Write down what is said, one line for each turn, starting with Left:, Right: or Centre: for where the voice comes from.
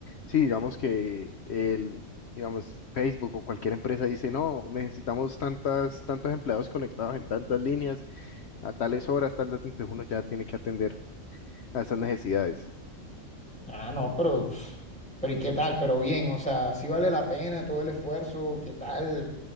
Left: Sí, digamos que el, digamos, Facebook o cualquier empresa dice, no, necesitamos tantas, tantos empleados conectados en tantas líneas, a tales horas, tal, tal", entonces uno ya tiene que atender a esas necesidades
Centre: Ah, no, pero, pf, pero ¿y qué tal? Pero bien, o sea, sí vale la pena todo el esfuerzo, ¿qué tal?